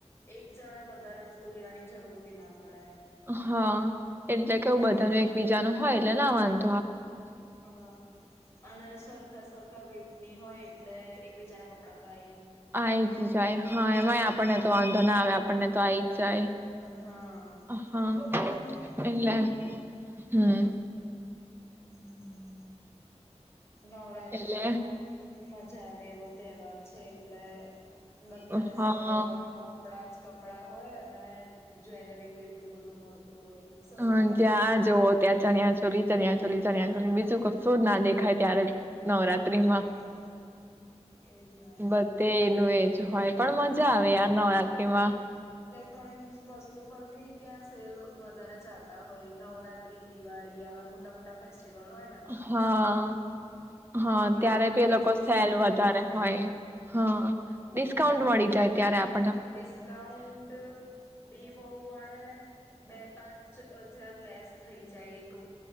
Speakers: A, on the left; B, on the right.
A: એક જણા વધારે વસ્તુ લેવાની જરૂર બી ના પડે. એમ.
B: હા, એટલે કેવું
A: હમ્મ
B: બધાનું એકબીજા ન હોય એટલે લવા
A: હા, અને સરખા સરખા વે નહી હોય એટલે એકબીજા ના કપડાં તો આ
B: આઈ જાય. હા એમાંય આપણને તો વાંધો ના આવે આપણને તો આઈ જાય,
A: હા
B: હા
A: એટલે વાંધો ના આવે
B: એલે
A: એ
B: હમ.
A: હમ. નવરાત્રી
B: એટલે
A: તો મજા આવે એવો તહેવાર છે એટલે બધા
B: હા
A: શહેરોમાં કપડા જ કપડા હોય અને જ્વેલરી એટલું બધું મળતું હોય સસ્તા
B: હ
A: ભાવે
B: ત્યાં આ જવો ત્યાં ચણ્યા ચોરી તન્યા ટલી ચલી બીજું કશું જ ના દેખાય ત્યારે. નવરાત્રી માં.
A: હા એજ ને
B: બધ એનું એજ હોય. પણ મન મજા આવે યાર ન નવરાત્રીમાં.
A: ક્ટ્રોનિક્ વસ્તુ પર બી ત્યાં સેલ વધારે ચાલતા હોય નવરાત્રી દિવાળી આવા મોટા મોટા ફેસ્ સ્ટિવલ હોય ને તો.
B: હા હા
A: ઇલેક્ટ્રોનિક
B: ત્યારે બી એ લોકો
A: વસ્તુ
B: સેલ
A: સારી
B: વધારે
A: લેવાય જાય
B: હોય હા
A: હા
B: ડિસ્કાઉન્ટ મળી જાય ત્યારે આપ
A: ડિસ્કાઉન્ટ બી બહવ મળે. બે પાંચ અ જ જાર લેસ થઈ જાય એક